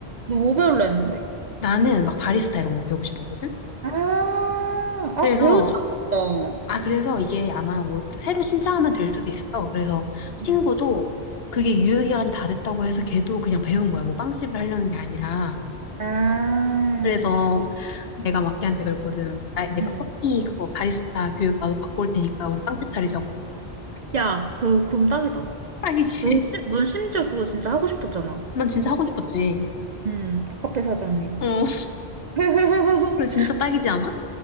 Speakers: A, on the right (about 55°); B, on the left (about 70°).
A: 너 뭐 배울라 했는데?
B: 나는 막 바리스타 이런 거 배우고 싶었거든
A: 아, 아,
B: 그래서
A: 배우지 않았다.
B: 아 그래서 이게 아마 뭐 새로 신청하면 될 수도 있어 그래서 친구도
A: 응.
B: 그게 유효 기간이 다 됐다고 해서 걔도 그냥 배운 거야 뭐 빵집을 하려는 게 아니라
A: 아,
B: 그래서 내가 마키한테 그랬거든. 나, 내가
A: 응.
B: 커피 그거 바리스타 교육 나도 받고 올 테니까 우리 빵집 차리자고.
A: 야, 그 그럼 딱이다
B: 딱이지.
A: 넌, 심, 넌 심지어 그거 진짜 하고 싶었잖아.
B: <laughs> 난 진짜 하고 싶었지.
A: 응 닭카페 사장님.
B: 어,
A: <laughs>
B: 그래 진짜 딱이지 않아?